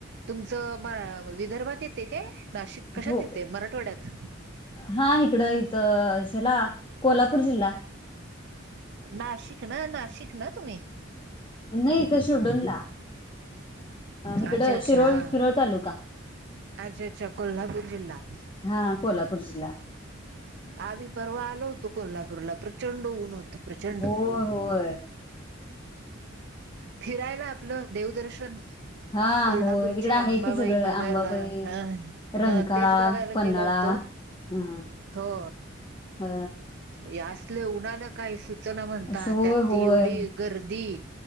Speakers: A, on the right; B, on the left.
A: म विदर्भात येते काय नाही. कश्यात
B: हो
A: येते मराठवाड्यात.
B: हा इकडं इथं कोल्हापूर जिल्हा.
A: नाशिक ना नाशिक ना तुम्ही.
B: नाही इथं शिरडोनला इकडं
A: अच्छा अच्छा
B: शिरोळ
A: हा.
B: शिरोळ तालुका
A: अच्छा अच्छा कोल्हापूर जिल्हा.
B: हा कोल्हापूर जिल्हा
A: आम्ही परवा आलो होतो कोल्हापूरला प्र - प्रचंड ऊन होत प्रचंड.
B: होय होय
A: फिरायला आपलं देवदर्शन.
B: हा
A: कोल्हापूरची
B: होय तिकडे आहे
A: अंबाबाई
B: की सगळं
A: बघायला
B: आंबाबाई
A: ह
B: रंकाळा
A: हं तेच बघायला
B: पन्हाळा
A: गेलं होत.
B: हा
A: हो
B: अ
A: या असलं उन्हाला काय सु- चना म्हणता
B: असं होय
A: त्यात
B: होय
A: ती एवढी गर्दी